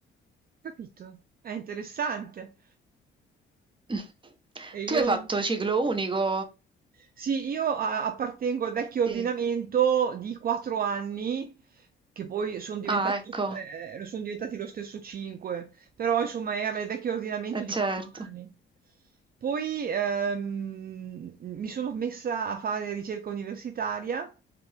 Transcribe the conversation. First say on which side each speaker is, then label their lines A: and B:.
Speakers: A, on the right; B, on the right.
A: capito, è interessante.
B: <laughs>
A: E
B: Tu
A: io
B: hai fatto ciclo unico?
A: Sì, io a appartengo al vecchio
B: Sì,
A: ordinamento di 4 anni, che poi son diventati
B: Ah, ecco,
A: eh, eh, lo son diventati lo stesso 5 però insomma era il vecchio ordinamento
B: eh,
A: di
B: certo.
A: quattro anni. Poi ehm, mi sono messa a fare ricerca universitaria